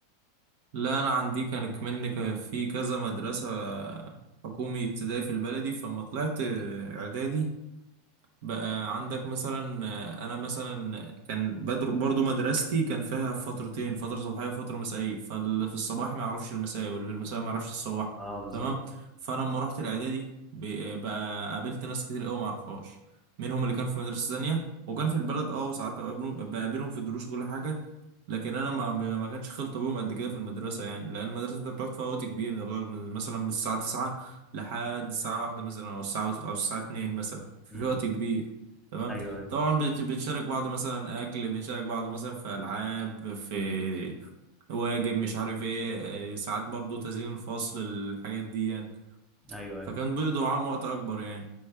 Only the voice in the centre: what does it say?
اه بالظبط
امم
ايوه أيوه.
ايوه ايوه